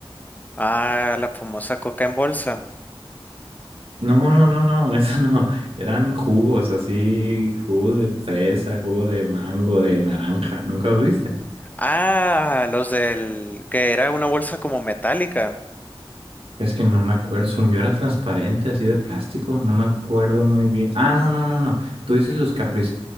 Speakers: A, on the left; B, on the right.
A: Ah, la famosa coca en bolsa.
B: No, no, no, no, <laughs> eso no. Eran jugos así, jugos de fresa, jugo de mango, de naranja. ¿Nunca los viste?
A: Ah, los del... que era una bolsa como metálica.
B: Es que no me acuerdo, según yo era transparente, así de plástico, no me acuerdo muy bien. Ah, no, no, no, no. ¿Tú dices los Capri